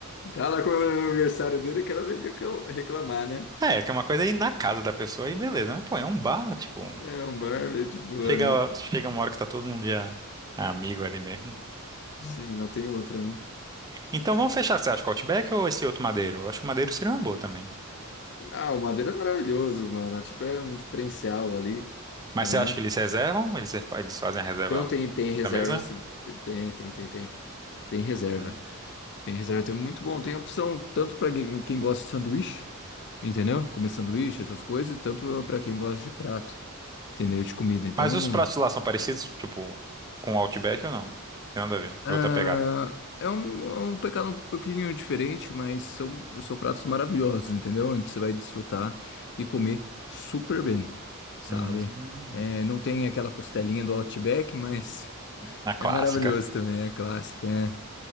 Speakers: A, on the left; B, on the right.
A: Tá lá comemorando o aniversário dele, e quero ver recla- reclamar, né?
B: É, que é uma coisa aí na casa da pessoa e beleza, mas pô, é um bar, tipo,
A: É um bar bem de boa,
B: chega,
A: né?
B: chega uma hora que tá todo mundo já amigo ali mesmo.
A: Sim, não tem outra, né?
B: Então vamos fechar, você acha que o Outback ou esse outro Madeiro? Eu acho que o Madeiro seria uma boa também.
A: Ah, o Madeira é maravilhoso, mano. Tipo, é um diferencial ali,
B: Mas
A: né?
B: você acha que eles reservam? Eles, refa- eles fazem a reserva
A: Então tem, tem reserva,
B: da mesa?
A: sim. Tem, tem, tem, tem. Tem reserva.
B: Hum.
A: Tem reserva, tem muito bom. Tem opção tanto para quem quem gosta de sanduíche, entendeu? Comer sanduíche, essas coisas, tanto para quem gosta de prato, entendeu? De comida. Então.
B: Mas os pratos lá são parecidos, tipo, com o Outback ou não? Tem nada a ver,
A: Ah,
B: é outra pegada.
A: é um, é um pecado um pouquinho diferente, mas são, são pratos maravilhosos, entendeu? Onde você vai desfrutar e comer super bem, sabe?
B: Hum.
A: É, não tem aquela costelinha do Outback, mas <laughs>
B: Na clássica.
A: é maravilhoso também, é clássica, é.